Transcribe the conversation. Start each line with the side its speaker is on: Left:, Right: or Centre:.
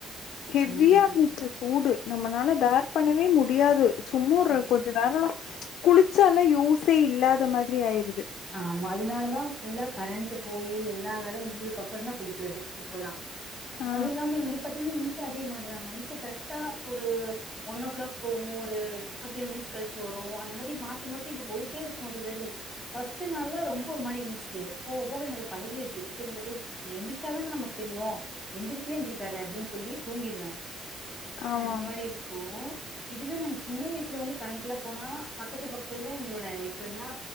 Left: ஹெவியா
Centre: ம்.
Left: இருந்துச்சு சூடு நம்மளால வெர் பண்ணவே முடியாது சும்மொரு
Centre: ம்.
Left: கொஞ்ச நேரள குளிச்சல்லே யூசே இல்லாத மாதிரி ஆயிரு
Centre: ஆமா அதனாலதா ஃபுல்லா கரண்ட்டு போயி எல்லா வேல முடிஞ்சதுக்கப்பறந்தா குளிக்கறது இப்பல்லா
Left: ஆ
Centre: அதுல்லாம இங்க பாத்தீங் ங் அதே மார்தா நைட்டு கரெக்டா ஒரு ஒன் ஓ கிளாக் போகு ஒரு ஃபிப்டீன் மினிட்ஸ் கழிச்சு வரு அந்த மாரி மாத்தி மாத்தி இப்ப போயிட்டே இருக்கு அடிஅடி ஃபர்ஸ்ட் நாள்லா ரொம்ப ஒரு மாரி இருந்ச்சு போக போக எனக்கு பழகிருச்சு <unintelligible> நெந்திச்சால நமக் தெரியொ எந்திரிக்கவே எந்திரிக்காத அப்டின்னு சொல்லி தூங்கிருவேன்
Left: ஆமாம்
Centre: அந்த மாரி இருக்கோ இதுவே நம் சின்ன வயசுல வந்து கரண்ட்லாம் போனா பக்கத்து பக்கத்துல்தா எங்களோட இப்ப என்னா